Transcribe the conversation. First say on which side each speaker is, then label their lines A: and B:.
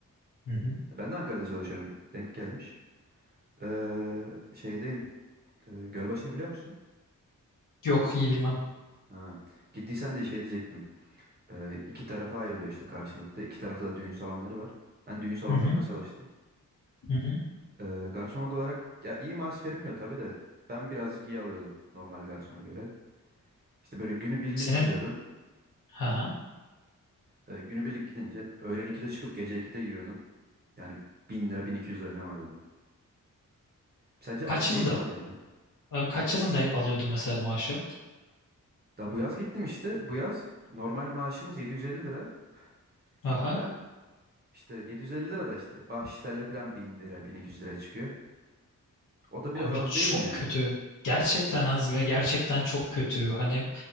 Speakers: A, on the left; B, on the right.
A: Hı hı.
B: Ben de Ankara'da çalışıyorum. Denk gelmiş. Ee, şeydeyim. Ee, Gölbaşı'nı biliyor musun?
A: Yok iyi bilmem.
B: Ha. Gittiysen de şey diyecektim. Ee, iki tarafa ayrılıyor işte karşılıklı. İki tarafta da düğün salonları var. Ben düğün salonlarında
A: Hı hı.
B: çalıştım.
A: Hı hı.
B: Ee, garsonluk olarak ya iyi maaş verilmiyor tabii de ben birazcık iyi alıyordum normal garsona göre. İşte böyle günübirlik
A: Senin
B: gidiyordum.
A: ha ha.
B: E, günübirlik gidince öğlen 2'de çıkıp gece 2'de giriyordum. Yani bin lira 1200 lira falan alıyordum. Sence
A: Kaç
B: az değil
A: yılda
B: mi abi ya?
A: abi kaç yılında alıyordun mesela maaşı?
B: Daha bu yaz gittim işte. Bu yaz normal maaşımız 750 lira.
A: Aha.
B: Ama ben işte 750 lira da işte bahşişlerle falan bin lira 1200 lira çıkıyor. O da biraz
A: Abi
B: az
A: çok
B: değil mi ya?
A: kötü. Gerçekten az ve gerçekten çok kötü. Hani